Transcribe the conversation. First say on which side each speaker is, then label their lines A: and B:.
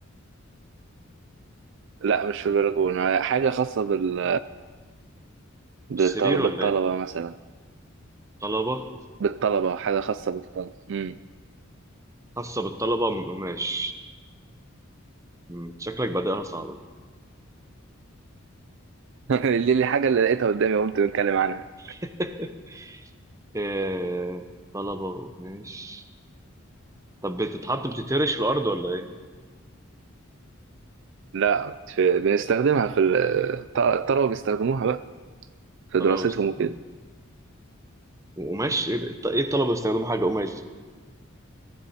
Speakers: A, on the right; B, on the right.
A: لا مش في البلكونة حاجة خاصة بال
B: في
A: بالطلبة
B: السرير ولا
A: بالطلبة
B: ايه
A: مثلا
B: طلبه
A: بالطلبة حاجة خاصة بالطلبة امم
B: خاصه بالطلبه من قماش مم، شكلك بادئها صعبه دي.
A: <laughs> دي اللي حاجة اللي لقيتها قدامي قمت بتكلم عنها
B: <laughs> آه... طلبه قماش طب بتتحط بتترش في الارض ولا ايه
A: لا في بنستخدمها في ال- الط- الطلبة بيستخدموها بقى في
B: طلبة
A: دراستهم
B: بيستخدموها
A: وكده
B: وقماش ايه الط- إيه الطلبة بيستخدموا حاجة قماش دي